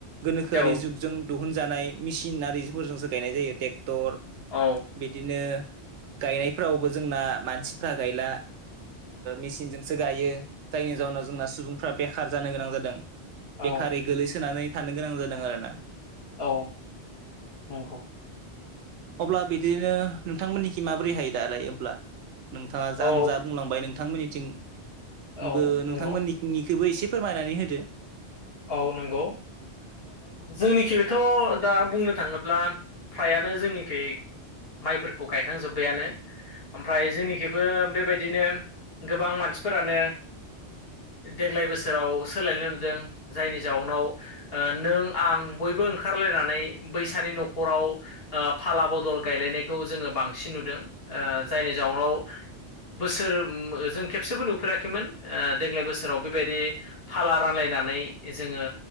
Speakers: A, on the right; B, on the left.
A: गोनोखोआरि
B: औ
A: जुगजों दिहुनजानाय मेसिन आरारिफोरजोंसो गायनाय जायो, ट्रेक्टर
B: औ।
A: बिदिनो गायनायफ्रावबो जोंना मानसिफ्रा गायला मेसिनजों सो गायो। जायनि जाउनाव जोंना सुबुंफ्रा बेखार जानो गोनां जादों।
B: औ
A: बेखारै गोलैसोनानै थानो गोनां जादों आरोना।
B: औ नंगौ।
A: अब्ला बिदिनो नोंथांमोननिखि माबोरै हायो दालाय होमब्ला। नोंथाङा
B: औ
A: आं जा बुंलांबाय नोंथांमोननिथिंबो
B: औ नंगौ
A: नोंथांमोननि निखौबो एसे फोरमायनानै होदो।
B: औ नंगौ। जोंनिखिथ' दा बुंनो थाङोब्ला फ्रायानो जोंनिखै माइफोरखौ गायखांजोब्बायानो। ओमफ्राय जोंनिखिबो बे बायदिनो गोबां मानसिफोरानो देग्लाय बोसोराव सोलायनाय नुदों। जायनि जाउनाव नों आं बयबो ओंखारलायनानै बैसानि न'खराव फाला बदल गायलायनायखौ जोङो बांसिन नुदों। जायनि जाउनाव बोसोर जों खेबसेबो नुफेराखैमोन देग्लाय बोसोराव बे बायदि फाला रानलायनानै जोङो